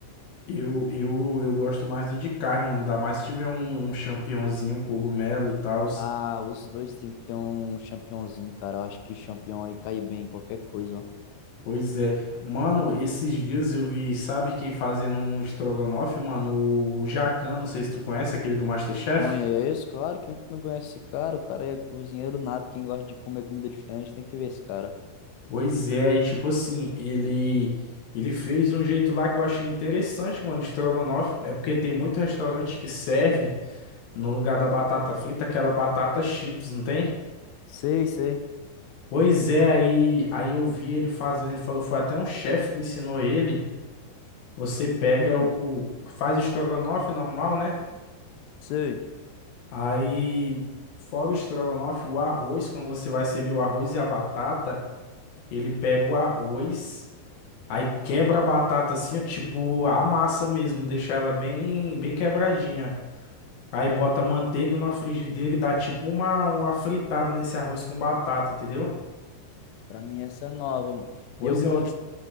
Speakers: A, on the left; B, on the left.
A: Eu, eu, eu gosto mais do de carne, mano. Ainda mais se tiver um, um champignonzinho, um cogumelo e tal.
B: Ah, os dois tem que ter um champignonzinho, cara. Eu acho que champignon aí cai bem em qualquer coisa, ó.
A: Pois é. Mano, esses dias eu vi, sabe quem fazendo um estrogonofe, mano? O, Jacan, não sei se tu conhece, aquele do MasterChef.
B: Conheço, claro, quem que não conhece esse cara? O cara é cozinheiro nato, quem gosta de comer comida diferente tem que ver esse cara.
A: Pois é, e tipo assim, ele ele fez de um jeito lá que eu achei interessante, mano, estrogonofe, é porque tem muito restaurante que serve no lugar da batata frita aquela batata chips, não tem?
B: Sei, sei.
A: Pois é, aí aí eu vi ele fazendo, ele falou, foi até um chefe que ensinou ele. Você pega
B: Hum,
A: o faz o estrogonofe normal, né?
B: sei.
A: Aí fora o estrogonofe, o arroz, quando você vai servir o arroz e a batata, ele pega o arroz Aí quebra a batata assim, ó, tipo, a massa mesmo, deixa ela bem, bem quebradinha. Aí bota manteiga na frigideira e dá tipo uma, uma fritada nesse arroz com batata, entendeu?
B: Pra mim essa é nova, mano.
A: Pois
B: E eu gosto,
A: é,